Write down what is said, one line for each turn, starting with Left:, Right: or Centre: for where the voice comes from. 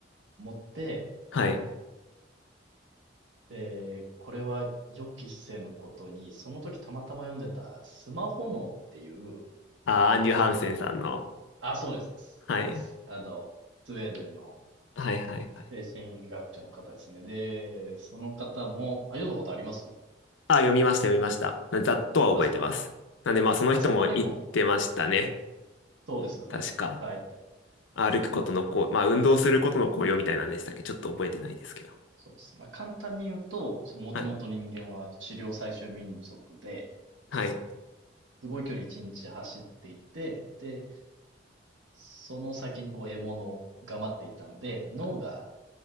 Right: 思って、
Left: はい。
Right: で、これは予期せぬことに、その時たまたま読んでたスマホ脳っていう、
Left: ああ、アンリュ・ハンセンさんの。
Right: あ、そうです。
Left: はい。
Right: そうです。あの、スウェーデンの
Left: はいはいはい。
Right: 精神学者の方ですね。で、その方も、あ、読んだことあります
Left: あ、読みました、読みました。なざっとは覚えてます。
Right: あ、
Left: なんで、まあ、
Right: はい。
Left: その人も言ってましたね。
Right: あそこにも、そうですよね。
Left: 確か。
Right: 書いてある。
Left: 歩くことのこう、まあ、運動することの効用みたいなんでしたっけちょっと覚えてないですけど。
Right: そうです。まあ、簡単に言うと、そのもともと人間は狩猟採集民族で、
Left: はい。はい。
Right: すごい距離一日走っていて、で、その先にこう獲物が待っていたんで、脳が